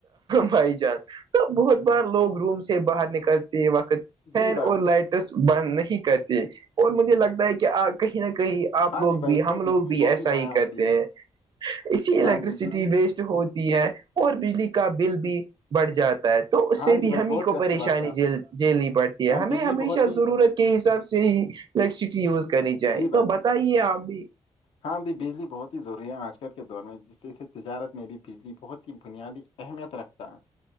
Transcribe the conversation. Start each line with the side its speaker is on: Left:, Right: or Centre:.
Right: بھائی جان تو بہت بار لوگ روم سے باہر نکلتے ہیں وقت فین
Left: جی بھائی
Right: اور لائٹس بند نہیں کرتے اور مجھے لگتا ہے کہ کہیں نہ کہیں آپ
Left: ہاں
Right: لوگ
Left: جی بھائی
Right: بھی
Left: اس سے
Right: ہم لوگ
Left: بجلی
Right: بھی
Left: بہت
Right: ایسا ہی
Left: ضائع ہوتی
Right: کہتے
Left: ہے
Right: ہیں اسی الیکٹریسٹی
Left: ہاں جی بجلی
Right: و ہوتی ہے اور بجلی کا بل بھی بڑھ جاتا ہے تو اس
Left: ہاں
Right: سے
Left: جی
Right: بھی
Left: بھائی
Right: ہم ہی
Left: بہت
Right: کو
Left: اچھی
Right: پریشانی
Left: بات ہے آپ
Right: جیل
Left: نے
Right: جیلنی پڑتی ہے
Left: ہاں
Right: ہمیں
Left: بجلی
Right: ہمیشہ
Left: بہت ہی
Right: ضرورت کے حساب سے ہی الیکٹرسٹی یوز کرنی جائے
Left: جی بھائی
Right: تو بتائیے آپ بھی
Left: ہاں ابھی بجلی بہت ہی ضروری ہے آج کل کے دور میں جس ج سے تجارت میں بھی بجلی بہت ہی بنیادی اہمیت رکھتا ہے